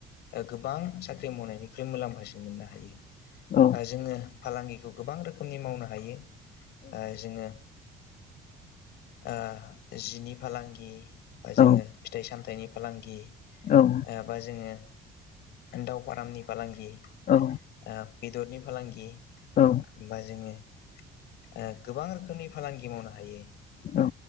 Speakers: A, on the left; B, on the left.
A: ओ गोबां साख्रि मावनायनिख्रुइ मुलाम्फासिन मोननो हायो
B: औ
A: आरो जोङो फालांगिखौ गोबां रोखोमनि मावनो हायो ओ जोङो ओ जिनि फालांगि बा जोङो।
B: औ
A: फिथाइ सामथाइनि फालांगि।
B: औ।
A: ओ बा जोङो दाउ फारामनि फालांगि।
B: औ।
A: ओ बेदरनि फालांगि
B: औ।
A: बा जोङो ओ गोबां रोखोमनि फालांगि मावनो हायो।
B: औ।